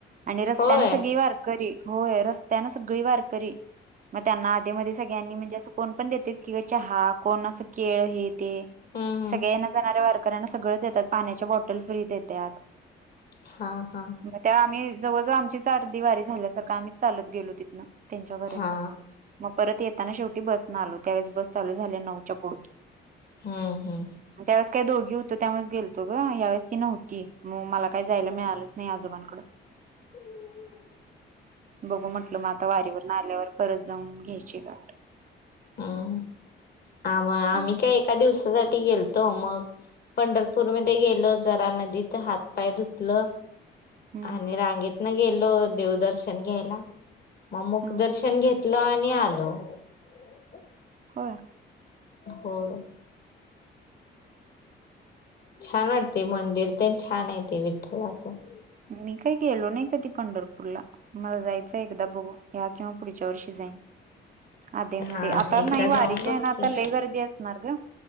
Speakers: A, on the right; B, on the left.
A: आणि रस्त्यान
B: होय
A: सगळी वार होय रस्त्या ना सगळी वारकरी मग त्यांना आधे म सनी म्हणजे अस कोण पण देतेस की चहा कोण असं केळ आहेत.
B: हम्म
A: सगळ्या ये न जाणाऱ्या वारकऱ्यांना सगळ देतात पाण्याच्या बॉटल फ्री देतात.
B: हां हां.
A: मग त्या आम्ही जवळजव आमची चार दिव वारी झाल्यासारखं आम्हीच लत गलो तिनं. <unintelligible> त्यांच्यापर्यंत
B: हा
A: मग परत येताना शेवटी बस न आलो त्यावेेळेस बस चालू झाल्या नऊच्या पुढून
B: हा हम <unintelligible>
A: त्यावेळेस काही दोघी होतो त्यावेळेस गेलतो ग यावेळेस ती नव्हती मग मला काय जायला मिळालंच नाही आजोबां <unintelligible>
B: हम् <unintelligible>
A: बघू म्हटलं मग आता वारीवर न आल्यावर परत जाऊन घ्यायची गट <unintelligible>
B: हम्म आम आम्ही
A: हम्म
B: काय एका दिवसासाठी गेलतो मग <unintelligible> पंढरपूरमध्येध्ये गेलो जरा नदीत हातपाय धुतलं <unintelligible>
A: हम्म
B: आणि रांगेत ना गेलो देवदर्शन घ्यायला मग मुक
A: हा
B: दर्शन घेत <unintelligible> इटलं आणि आलू <unintelligible>
A: हो <unintelligible>
B: होर <unintelligible> छान वाटते मंदिर प छान आहे ते विठ्ठलाचं <unintelligible>
A: मी काय गेलो नाही काधी पंढरपूरला <unintelligible> मला जायचं एकदा बघू या्या किंवा पुढच्या वर्षी जाईन <unintelligible> आधे मध्ये
B: हा
A: आता
B: एकदा
A: नाही
B: जाऊन
A: वारीच्या
B: बघ
A: आहे ना आता
B: की
A: लई गर्दी असणार ग